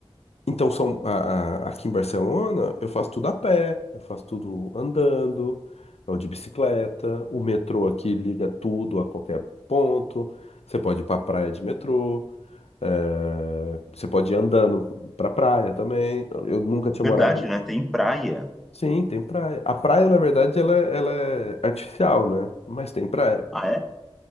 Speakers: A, on the left (about 80°); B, in the centre.
A: então são a- a- aqui em Barcelona, eu faço tudo a pé, eu faço tudo andando, ou de bicicleta. O metrô aqui liga tudo a qualquer ponto. Você pode ir para praia de metrô, eh, você pode ir andando para praia também. Eu nunca tinha
B: Verdade,
A: morado em...
B: né? Tem praia.
A: Sim, tem praia. A praia, na verdade, ela, ela é artificial, né? Mas tem praia.
B: Ah, é?